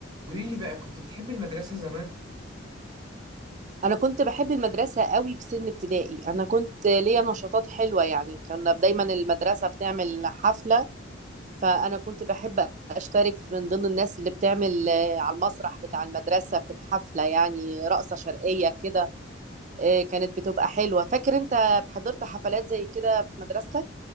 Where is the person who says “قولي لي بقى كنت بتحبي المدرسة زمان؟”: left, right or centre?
Right